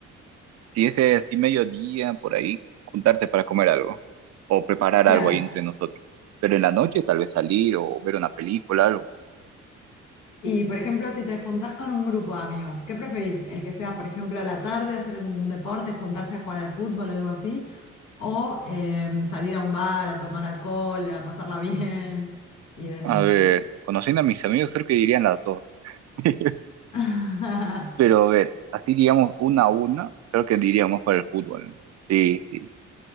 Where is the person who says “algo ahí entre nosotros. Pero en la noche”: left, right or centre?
Right